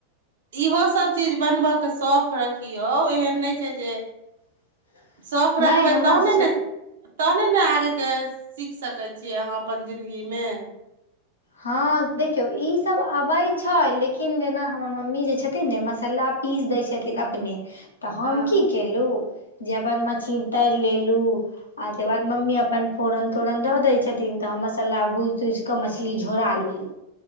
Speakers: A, on the right; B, on the left.
A: इहो सभ चीज बनबयके शौक रखियौ एहन नहि छै जे
B: <unintelligible>
A: शौक रखबै
B: नहि हमरा
A: तहने ने तहने ने आगेके सीख सकैत छियै अहाँ अपन जिंन्दगीमे
B: हँ देखियौ ई सब अबैत छै लेकिन जेना हमर मम्मी जे छथिन ने मसल्ला पीस दै छथिन अपने तऽ हम
A: हँ
B: की केलहुँ जेबर मछली तर लेलू आ तकर बाद मम्मी अपन फोरन तोरन धऽ दय छथिन तऽ हम मसाला भूज तूज कऽ मछली छली झोरा लेलु